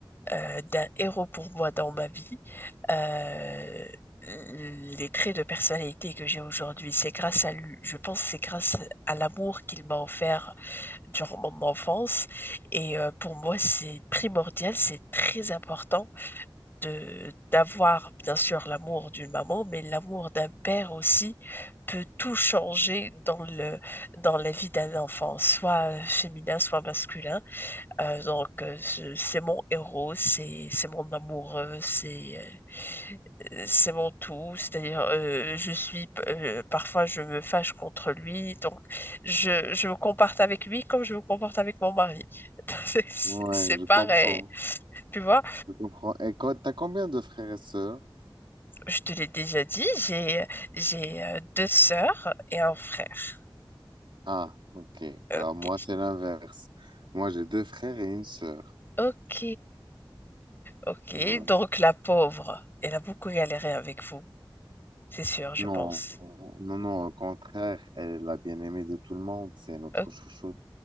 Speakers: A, on the left (about 25°); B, on the right (about 70°).
A: euh, d'un héros pour moi dans ma vie. Euh, les traits de personnalité que j'ai aujourd'hui, c'est grâce à lui. Je pense que c'est grâce à l'amour qu'il m'a offert durant mon enfance. Et euh, pour moi, c'est primordial, c'est très important de d'avoir bien sûr l'amour d'une maman, mais l'amour d'un père aussi peut tout changer dans le dans la vie d'un enfant, soit féminin, soit masculin. Euh, donc euh, ce- c'est mon héros, c'est c'est mon amour, euh, c'est euh, c'est mon tout. C'est-à-dire euh, je suis euh, parfois je me fâche contre lui, donc je je me comporte avec lui comme je me comporte avec mon mari. <laughs> C'est c'est
B: Ouais, je
A: pareil,
B: comprends.
A: tu vois.
B: Je comprends. Et quand, t'as combien de frères et sœurs?
A: Je te l'ai déjà dit, j'ai j'ai euh, deux sœurs et un frère.
B: Ah, ok.
A: Ok,
B: Alors moi, c'est l'inverse. Moi, j'ai deux frères et une sœur.
A: ok, ok.
B: Ouais.
A: Donc la pauvre, elle a beaucoup galéré avec vous, c'est sûr, je
B: Non,
A: pense.
B: non, non, au contraire, elle est la bien-aimée de tout le monde, c'est notre
A: O-
B: chouchoute.